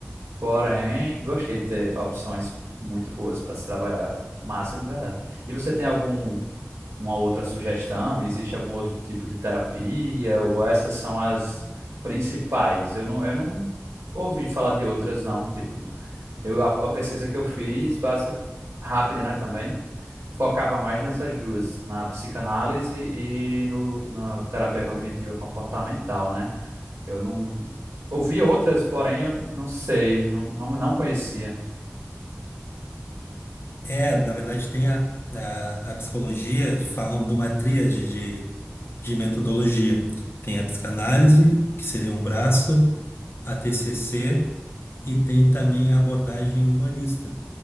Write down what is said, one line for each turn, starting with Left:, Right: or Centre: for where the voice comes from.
Right: porém, gostei de ter opções muito boas para se trabalhar. Massa, de verdade. E você tem algum, uma outra sugestão? Existe algum outro tipo de terapia? Ou essas são as principais? Eu não, eu não ouvi falar de outras, não, tipo. Eu, a, a pesquisa que eu fiz, básica, rápida, né, também, focava mais nessas duas, na psicanálise e no, na terapia cognitiva comportamental, né? Eu não ouvi outras, porém eu não sei, não, não, não conhecia.
Left: É, na verdade, tem a, a, a psicologia, falam de uma tríade de, de metodologia. Tem a psicanálise, que seria um braço, a TCC, e tem também a abordagem humanista,